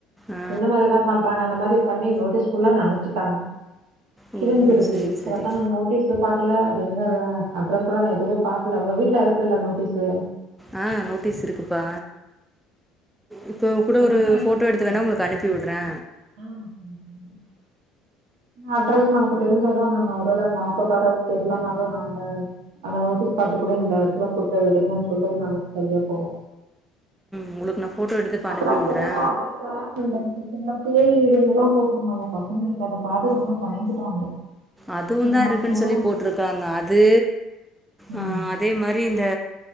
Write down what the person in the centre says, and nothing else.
ஆ ஆ
ஓ சேரி
சேரி
ஆ நோட்டீஸ் இருக்குப்பா இப்போ கூட
ஒரு
போட்டோ எடுத்து வேணா உங்குளுக் அனுப் ப்பிவிட்றே
உங்குளுக் நா ஃபோட்டோ எடுத்து இப்போ
அனுப்பி விட்றே
அதுவு
தா
இருக்குன்
சொல்லி போட்ருக்காங்க அது
ஆ அதே மாரி இந்த